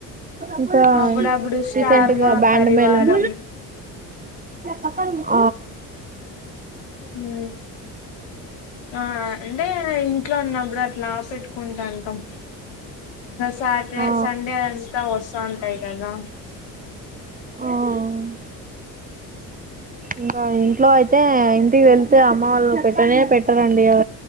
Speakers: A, on the right; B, on the left.
A: ఇంకా
B: అప్పుడప్పుడు స్టార్
A: రీసెంట్ గా
B: మా
A: బ్యాండ్
B: పరివారం
A: మేళమ్ అహహ
B: ఉ ఆ అంటే ఈ ఇంట్లో ఉన్నప్పుడు అట్లా ఆ పెట్టుకుంటాంటాం సాటర్డే
A: ఆ
B: సండే అంతా వస్తాంటాయ్ కదా
A: ఆ ఇంకా ఇంట్లో అయితే ఇంటికి వెళ్తే అమ్మ వాళ్ళు పెట్టనే పెట్టారండి అ